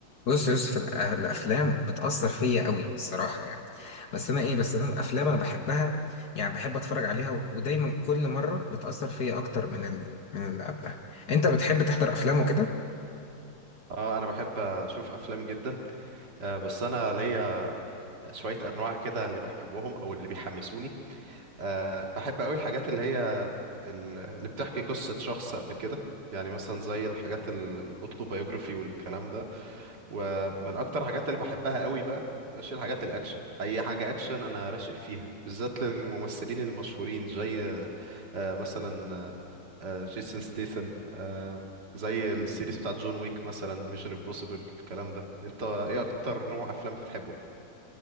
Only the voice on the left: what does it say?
بص يا يوسف الأ- الافلام بتاثر فيا قوي الصراحه يعني بس انا ايه بس انا الافلام انا بحبها يعني بحب اتفرج عليها و- ودايما كل مره بتاثر فيا اكتر من ال... من اللي قبلها انت بتحب تحضر افلام وكده